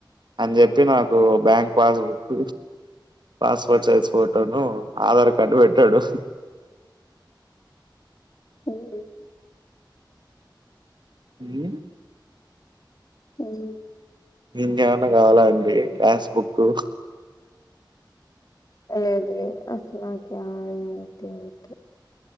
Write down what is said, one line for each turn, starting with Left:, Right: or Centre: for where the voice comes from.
Right: అని చెప్పి నాకు బ్యాంక్ పాస్బుక్ పాస్పోర్ట్ సైజ్ ఫోటోను ఆధార్ కార్డు పెట్టాడు
Left: ఉమ్
Right: ఊమ్
Left: ఉమ్
Right: ఇంకేమన్నా కావాలా అండి గ్యాస్ బుక్
Left: లేదు లేదు అస్సల్నాకేవ్ వద్దే వద్దు